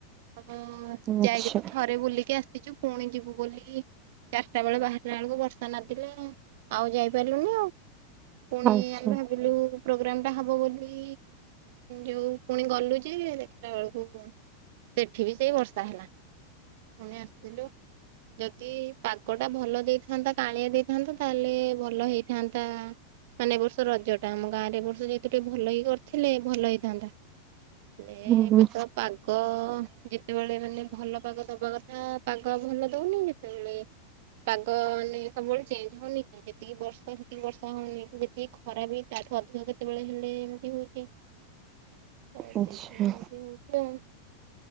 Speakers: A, on the right (about 50°); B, on the right (about 30°).
A: ଆଉ
B: ଆଚ୍ଛା
A: ଯାଇକି ତ ଥରେ ବୁଲିକି ଆସିଛୁ ପୁଣି ଯିବୁ ବୋଲି ଚାରିଟା ବେଳେ ବାହାରିଲା ବେଳକୁ ବର୍ଷା ନାଦିଲା ଆଉ ଯାଇପାରିଲୁନି ଆଉ। ପୁଣି
B: ଆଚ୍ଛା।
A: ଆମେ ଭାବିଲୁ ପ୍ରୋଗ୍ରାମ ଟା ହବ ବୋଲି ଯୋଉ ପୁଣି ଗଲୁ ଯେ ଦେଖିଲା ବେଳକୁ ସେଠି ବି ସେଇ ବର୍ଷା ହେଲା। ପୁଣି ଆସିଥିଲୁ ଯଦି ପାଗଟା ଭଲ ଦେଇଥାନ୍ତା କାଆଁଳିଆ ଦେଇ ମୁଁ ତ ତାହେଲେ ଭଲ ହେଇଥାନ୍ତା। ମାନେ ଏ ବର୍ଷ ରଜ ଟା ଆମ ଗାଁରେ ଏବ ବର୍ଷ ଯେହେତୁ ଟିକେ ଭଲ ହେଇ କରିଥିଲେ ଭଲ ହେଇଥାନ୍ତା। ହେ
B: ହୁଁ
A: ଏବେ
B: ହୁଁ
A: ତ ପାଗ ଯେତେବେଳେ ମାନେ ଭଲ ପାଗ ଦବା କଥା ପାଗ ଭଲ ଦଉନି ଯେତେବେଳେ ପାଗ ତ ଅ ମାନେ ସବୁବେଳେ ଚେଞ୍ଜ ହଉନିକି? ଦି ବର୍ଷ ସେତିକି ବର୍ଷା ହଉନି କି ଯେତିକି ଖରା ବି ତାଠୁ ଅଧିକ କେ ଯେତେବେଳେ ହେଲେ ଏମତି ହଉଛି ଆଉ
B: ଆଚ୍ଛା
A: ସେଇଥିପାଇଁ ଏମତି ହଉଛି ଆଉ।